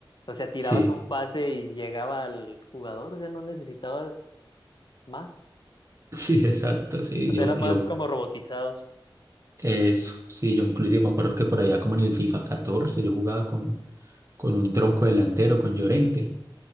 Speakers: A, on the left; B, on the right.
A: o sea, tirabas
B: Sí,
A: un pase y llegaba al jugador, o sea, no necesitabas más.
B: sí, exacto, sí,
A: O sea,
B: yo,
A: era más
B: yo
A: como robotizado.
B: Eso, sí, yo inclusive me acuerdo que por allá como en el FIFA 14, yo jugaba con, con un tronco delantero, con Llorente.